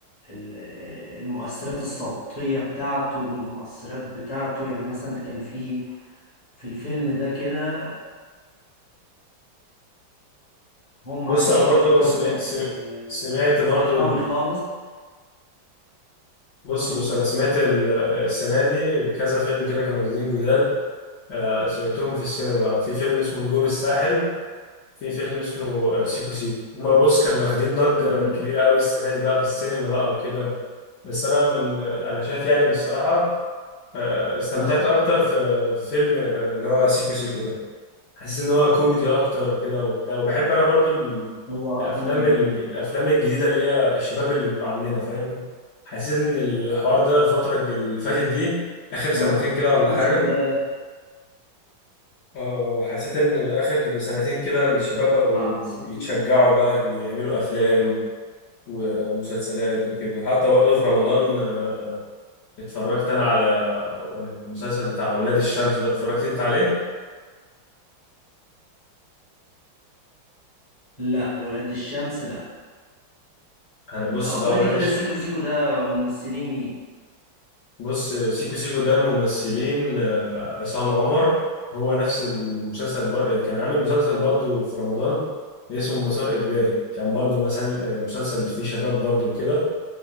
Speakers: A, on the left (about 45°); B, on the left (about 70°).
A: ال- المؤثرات الصوتية بتاعته والمؤثرات بتاعته يعني مثلا كان في في الفيلم ده كده هم
B: بص
A: عايشين
B: انا برضو
A: في كوكب
B: سمعت
A: آه،
B: سمعت
A: صحراوي
B: برضو
A: خالص
B: بص
A: اه
B: بص انا سمعت ال- السنه دي كذا فيلم كده كانوا نازلين جداد آه، سمعتهم في السينما في فيلم اسمه نجوم الساحل في فيلم اسمه آه، سيكو سيكو هما بص كانوا واخدين ضجه
A: مهم.
B: كبيره قوي السنه دي بقى في السينما بقى وكده بس انا من آه، انا شايف يعني ان الصراحه آه، استمتعت
A: اه
B: اكتر في في فيلم آه، اللي هو سيكو سيكو ده حاسس ان هو كوميدي اكتر كده وبتاع وبحب انا برضو ال-
A: هو
B: الافلام
A: اصلا ب-
B: ال- الافلام الجديده اللي هي الشباب اللي بيبقى عندنا فاهم حاسس ان الحوار ده الفتره الج- اللي فاتت دي اخر سنتين
A: اه
B: كده ولا
A: سيكو
B: حاجه
A: سيكو ده
B: اه حسيت ان اخر سنتين كده الشباب بقوا
A: اه سيكو
B: يتشجعوا بقى ويعملوا افلام ومسلسلات وكده حتى برضو في رمضان آه، اتفرجت انا على آه، المسلسل بتاع اولاد الشمس ده اتفرجت انت عليه
A: لا ولاد الشمس لا
B: انا بص
A: قول
B: بقى اولاد
A: لي كده
B: الشمس
A: سيكو سيكو ده ممثلين مين
B: بص سيكو سيكو ده ممثلين آه، عصام عمر هو نفس المسلسل بر... كان عامل مسلسل برضو في رمضان اسمه مسار إجباري كان برضو مسل... آه، مسلسل فيه شباب
A: تمام
B: برضو كده